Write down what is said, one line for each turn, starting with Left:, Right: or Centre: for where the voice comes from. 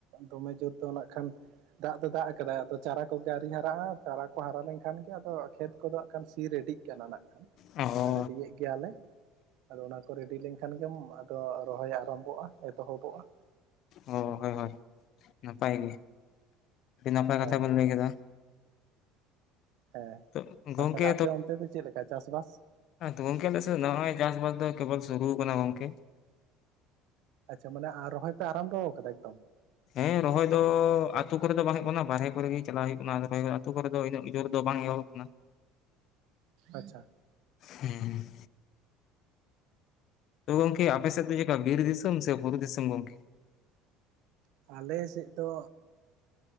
Right: ᱫᱚᱢᱮ ᱡᱳᱨ ᱫᱚ ᱱᱟᱜ ᱠᱷᱟᱱ ᱫᱟᱜ ᱫᱚᱭ ᱫᱟᱜ ᱟᱠᱟᱫᱟᱭ ᱟᱫᱚ ᱪᱟᱨᱟ ᱠᱚᱜᱮ ᱟᱨᱣᱨᱤ ᱦᱟᱨᱟᱜᱼᱟ ᱪᱟᱨᱟ ᱠᱚ ᱦᱟᱨᱟ ᱞᱮᱱᱠᱷᱟᱱ ᱜᱮ ᱟᱫᱚ ᱠᱷᱮᱛ ᱠᱚᱫᱚ ᱦᱜ ᱥᱤ ᱨᱮᱰᱤᱜ <unintelligible>
Left: ᱚᱦᱚ
Right: ᱨᱮᱰᱤᱠᱮᱜ ᱜᱮᱭᱟᱞᱮ ᱟᱫᱚ ᱠᱚ ᱨᱮᱰᱤ ᱞᱮᱝᱠᱷᱟᱱ ᱜᱮᱢ ᱟᱫᱚ ᱨᱚᱦᱚᱭ ᱟᱨᱟᱢᱵᱚᱜᱼᱟ ᱮᱛᱚᱦᱚᱵᱚ-ᱟ ᱾
Left: ᱚ ᱦᱳᱭ ᱦᱳᱭ ᱱᱟᱯᱟᱭ ᱜᱮ ᱟᱹᱰᱤ ᱱᱟᱯᱟᱭ
Right: ᱦᱮᱸ
Left: ᱠᱟᱛᱷᱟ ᱵᱮᱱ ᱞᱟᱹᱭ ᱠᱮᱫᱟ ᱾
Right: ᱦᱮᱸ
Left: ᱛᱚ ᱜᱚᱢᱠᱮ
Right: ᱟᱨ ᱛᱷᱟᱞᱮ ᱟᱯᱮ ᱚᱱᱛᱮ ᱫᱚ ᱪᱮᱫ ᱞᱮᱠᱟ ᱪᱟᱥ-ᱵᱟᱥ
Left: ᱛᱚ ᱜᱚᱝᱠᱮ ᱟᱞᱮ ᱥᱮ ᱱᱚᱜ-ᱚᱭ ᱪᱟᱥ-ᱵᱟᱥ ᱫᱚ ᱠᱮᱵᱚᱞ ᱥᱩᱨᱩ ᱠᱟᱱᱟ ᱜᱚᱝᱠᱮ᱾
Right: ᱟᱪᱪᱷᱟ ᱢᱟᱱᱮ ᱟᱨ ᱨᱚᱦᱚᱭ ᱯᱮ ᱟᱨᱟᱢᱵᱚ ᱟᱠᱟᱫᱟ ᱮᱠᱫᱚᱢ
Left: ᱦᱮᱸ ᱨᱚᱦᱚᱭ ᱫᱚ ᱟᱛᱳ ᱠᱚᱨᱮ ᱫᱚ ᱵᱟᱝ ᱦᱩᱭᱩᱜ ᱠᱟᱱᱟ ᱵᱟᱦᱨᱮ ᱠᱚᱨᱮᱜ ᱜᱤ ᱪᱟᱞᱟ ᱦᱩᱭᱩᱜ ᱠᱟᱱᱟ ᱟᱨ ᱚᱠᱚᱭᱛᱳ ᱟᱛᱳ ᱠᱚᱨᱮ ᱫᱚ ᱤᱱᱟᱹᱜ ᱡᱳᱨ ᱫᱚ ᱵᱟᱝ ᱮᱦᱚᱵᱚᱜ ᱠᱟᱱᱟ
Right: ᱟᱪᱪᱷᱟ
Left: ᱦᱩᱸ ᱛᱚ ᱜᱚᱝᱠᱮ ᱟᱯᱮ ᱥᱮᱫ ᱫᱚ ᱪᱮᱠᱟ ᱵᱤᱨ ᱫᱤᱥᱚᱢ ᱥᱮ ᱵᱩᱨᱩ ᱫᱤᱥᱚᱢ ᱜᱚᱝᱠᱮ ᱾
Right: ᱟᱞᱮ ᱥᱮᱫ ᱫᱚ